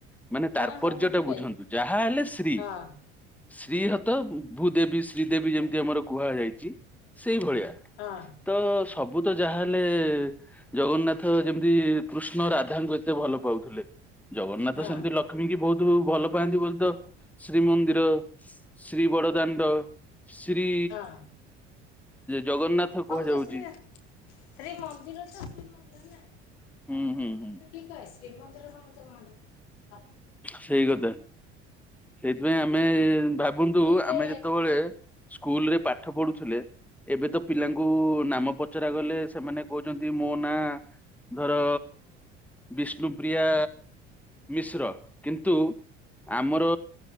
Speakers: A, in the centre; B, on the left (about 75°).
A: ମାନେ ତାତ୍ପର୍ଯ୍ୟ
B: ହଁ ହଁ ବୁଝିପାଇଲି
A: ଟା ବୁଝନ୍ତୁ ଯାହା ହେଲେ ଶ୍ରୀ
B: ହଁ
A: ଶ୍ରୀ ହତ ଭୂଦେବୀ ଶ୍ରୀ ଶ୍ରୀଦେବୀ
B: ହୁଁ
A: ଯେମିତି ଆମର କୁହାଯାଇଛି ସେଇ ଭଳିଆ
B: ହଁ
A: ତ ସବୁ ତ ଯାହାହେଲେ, ଜଗନ୍ନାଥ ଯେମିତି କୃଷ୍ଣ ରାଧାଙ୍କୁ ଏତେ ଭଲ ପାଉଥିଲେ ଜଗନ୍ନାଥ
B: ହଁ
A: ସେମତି ଲକ୍ଷ୍ମୀ ଲକ୍ଷ୍ମୀ ଙ୍କି ବହୁତ ଭଲ ପାଆନ୍ତି ବୋଲିତ ଶ୍ରୀମନ୍ଦିର ଶ୍ରୀ ବଡଦାଣ୍ଡ ଶ୍ରୀ
B: ହଁ
A: ଜଗନ୍ନାଥ କୁହାଯାଉଛି
B: ହବ ତ ଶ୍ରୀ ଶ୍ରୀ ମନ୍ଦିର ତ ଶ୍ରୀ ମନ୍ଦିର ନା ଜଗନ୍ନାଥଙ୍କ
A: ହୁଁ ହୁଁ ହୁଁ
B: ମନ୍ଦିର କି କହେ ଶ୍ରୀମନ୍ଦିର କଣ ତ କହନ୍ତି ଆ
A: ସେଇ କଥା ସେଇଥିପାଇଁ ଆମେ
B: ବିନା
A: ଭାବନ୍ତୁ
B: ସ୍ତ୍ରୀରେ
A: ଆମେ ଯେତେବେଳେ, ସ୍କୁଲ ରେ ପାଠ ପଢୁଥିଲେ ଏବେ ତ ପିଲାଙ୍କୁ ନାମ ପଚରା ଗଲେ ସେମାନେ କହୁଛନ୍ତି ମୋ ନାଁ ଧର ବିଷ୍ଣୁପ୍ରିୟା ମିଶ୍ର। କିନ୍ତୁ ଆମର,